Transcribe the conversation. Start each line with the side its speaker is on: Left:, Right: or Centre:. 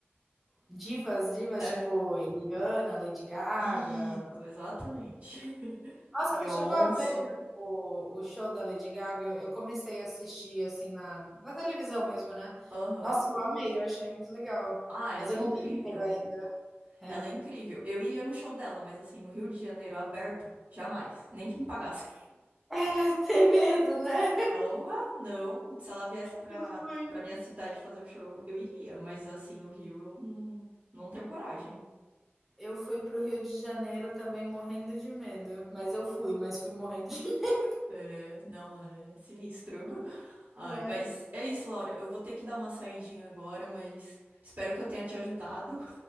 Centre: Divas, divas,
Right: É.
Centre: tipo Rihanna, Lady Gaga.
Right: Isso, exatamente.
Centre: Nossa,
Right: Beyoncé.
Centre: tu chegou a ver o, o show da Lady Gaga? Eu comecei a assistir assim na, na televisão mesmo, né?
Right: Aham.
Centre: Nossa, eu amei, eu achei muito legal.
Right: Ah, ela
Centre: Mas eu
Right: é incrível.
Centre: não vi inteiro ainda. É.
Right: Ela é incrível. Eu iria no show dela, mas assim, no Rio de Janeiro, aberto, jamais. Nem que me pagassem.
Centre: <laughs> tem medo, né?
Right: Porra, não. Se ela viesse pra,
Centre: Eu fui.
Right: pra minha cidade fazer o show, eu, eu iria, mas assim, no Rio eu não, não tenho coragem.
Centre: Eu fui pro Rio de Janeiro também morrendo de medo. Mas eu fui, mas fui morrendo de medo.
Right: É, não, lá é sinistro. <laughs> Ai,
Centre: É,
Right: mas é isso, Laura. Eu vou ter que dar uma saidinha agora, mas espero que eu tenha te ajudado.